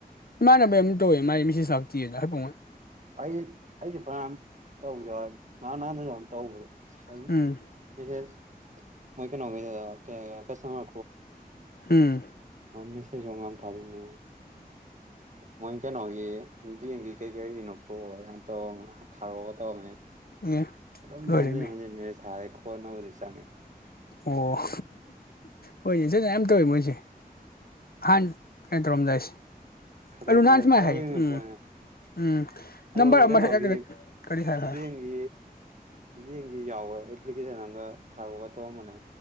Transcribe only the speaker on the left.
ꯏꯃꯥꯟꯅꯕꯩ ꯑꯃ ꯇꯧꯋꯦ ꯃꯥꯥꯏ ꯃꯤꯁꯦꯁ ꯂꯥꯛꯇꯦꯅ ꯍꯥꯏꯐꯥꯎꯉꯣꯏ
ꯎꯝ
ꯎꯝ
ꯑꯦ
ꯂꯣꯏꯔꯦꯃꯤ
ꯑꯣ ꯍꯣꯏꯅꯦ ꯏꯆꯅ ꯌꯥꯝ ꯇꯧꯋꯦ ꯃꯣꯏꯁꯦ ꯍꯥꯟ ꯀꯇ ꯔꯝꯖꯥꯏꯁꯤ
ꯑꯂꯨ ꯅꯟ
ꯁ ꯃꯥ
ꯍꯥꯏ ꯎꯝ
ꯎꯝ
ꯅꯝꯕꯝꯕꯔ ꯑꯃ
ꯀꯔꯤ ꯁꯔ